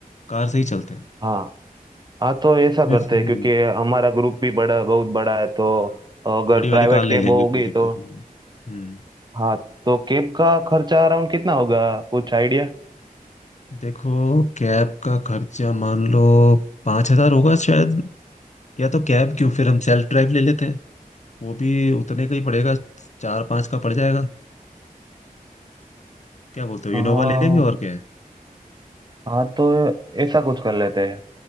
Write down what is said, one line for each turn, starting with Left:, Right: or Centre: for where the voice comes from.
Left: कार से ही चलते हैं
Right: हाँ हाँ तो ऐसा करते
Left: इसमें-
Right: हैं
Left: हम्म
Right: क्योंकि हमारा ग्रुप भी बड़ा बहुत बड़ा है तो
Left: हाँ,
Right: अगर
Left: बड़ी
Right: प्राइवेट
Left: वाली कार ले
Right: कैब
Left: लेंगे
Right: होगी
Left: कोई दिक्कत
Right: तो
Left: नहीं है हम्म
Right: हाँ तो केप का खर्चा अराउंड कितना होगा कुछ आइडिया
Left: देखो कैब का खर्चा मान लो पांच हजार होगा शायद या तो कैब क्यों फिर हम सेल्फ ड्राइव ले लेते हैं वो भी उतने का ही पड़ेगा चार पांच का पड़ जाएगा क्या बोलते हो
Right: हाँ
Left: इनोवा ले लेंगे और क्या है
Right: हाँ तो ऐसा कुछ कर लेते हैं